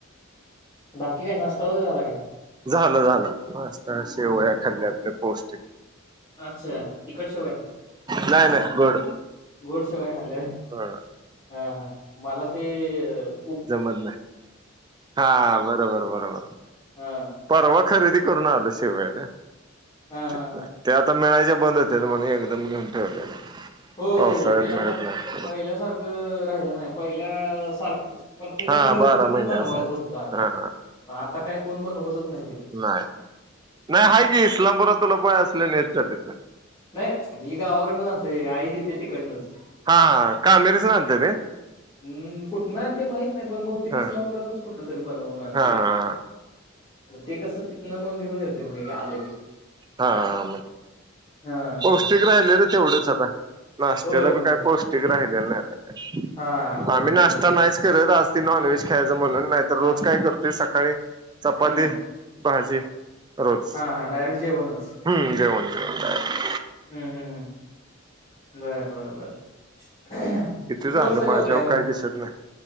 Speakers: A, on the left (about 25°); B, on the right (about 20°).
A: बाकी काय नाष्टा वगैरे झाला काय?
B: झालं झालं नाष्टा शेवया खाल्ल्या आपल्या पौष्टिक.
A: अच्छा तिकट शेवया.
B: नाही नाही गोड
A: गोंड शेवांया खाल्ल्यां कायं
B: अ
A: हां हं मलां ते अं
B: जमतं नाहीं हां बरोबर बरोबर
A: हा
B: परवां खरेदी करूंन आलो शेवांया त्यां
A: हा हा
B: जित
A: हा
B: ते आंता मिळांयचे बंद होते म्हणे एकदंम घेऊन ठेवलेले
A: हो
B: पावसाळ्यात
A: ते आंता
B: मिळत नाही
A: पहिल्यांसारखं राहिलं नाहीं पहिल्यां सारखं प्रत्येक
B: हा
A: जणं घरगुंती
B: बारा
A: पणं
B: महिने
A: बनवायचं
B: असायचं
A: होती आंधी
B: हा
A: पणं आंता कायं कोणं बनवतचं नाहीं कोणी
B: नाहीं नाहीं आहे की इस्लांमपुरांत तुलां पाय असले नच्यां तिथं
A: नाहीं मी गावांकडनंच आणतो आई देती ती कडणंच
B: हां हां कां मेरचं आंनते ते
A: हम्मं कुठं नां आणं ते माहीत नाहीं पणं बहुंतेक
B: हा
A: इस्लांमपुरांत नचं कुठं तरी बनवूंन आणते
B: हा हा
A: ते कसं तिथनं मंग घेऊन येतोय मी आलं की
B: हां मंग
A: हा
B: पौष्टिक राहिले रे तेवढंच आंता नाश्त्याला
A: होय
B: बी
A: होय
B: कायं पौष्टिक ठिक राहिलेल्या नाहीं आंता कायं
A: हा बरोबर
B: आम्हीं नाश्ता
A: हो.
B: नाहींच करतं आंज ते नॉनव्हेज खायचं म्हणूंन नाहीं तरं
A: हा
B: रोज कायं करतोय सकाळीं चपाती
A: हम्म
B: भाजी रोजचं
A: हा हा डायरेक्ट जेवणच
B: हम्मं जेवणं करतं अहांत
A: हम्मं हम्मं हम्मं बरं बरं बरं किती
B: झालं
A: वाजंता
B: माझ्यावर
A: जेवतांय मंग
B: काही
A: हंम
B: दिसत नाही